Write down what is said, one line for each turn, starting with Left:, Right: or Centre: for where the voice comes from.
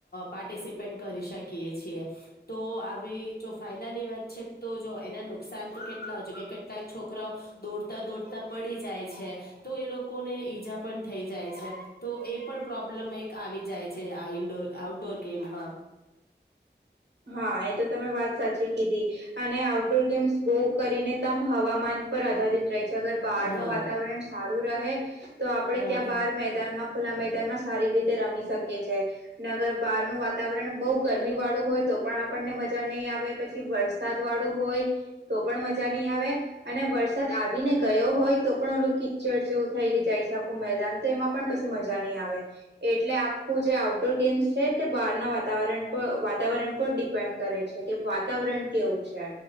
Left: પાર્ટિસિપેટ કરી શકીએ છીએ તો આવી જો ફાયદાની વાત છે તો જો એના નુકસાન તો કેટલા હોય છે કે કેટલાક છોકરાઓ દોડતા દોડતા પડી જાય છે તો એ લોકોને ઈજા પણ થઈ જાય છે તો એ પણ પ્રોબ્લેમ એક આવી જાય છે આ ઇડોર આઉટડોર ગેમમાં
Right: હા એ તો તમે વાત સાચી કીધી અને આઉડોર ગેમ્સ બહુ કરીને ત હવામાન પર આધારિત રહે ગર બહાર
Left: હા
Right: ન વાતાવરણ સા રહે તો આપડે
Left: હા
Right: ત્યાં બાર મેદાનમાં ખુલ્લા મેદાન માં સારી રીતે રમી શકે છે નગર બાર નું વાતાવરણ બહુ ગરમી વાળું હોય તો આપણને મજા નહીં આવે પછી વરસાદ વાળું હોય તો પણ મજા નહીં આવે અને વરસાદ આવીને ગયો હોય તો પણ ઓલું કિચડ જેવું થાય કે જાય શ આખું મેદાન તો એમાં પણ પછી મજા નહીં આવે એટલે આખું જે આઉટડોર ગેમ્સ છે તે બહારના વાતાવરણ પર વાતાવરણ પર ડિપેન્ડ કરે છે કે વાતાવરણ કેવું છે.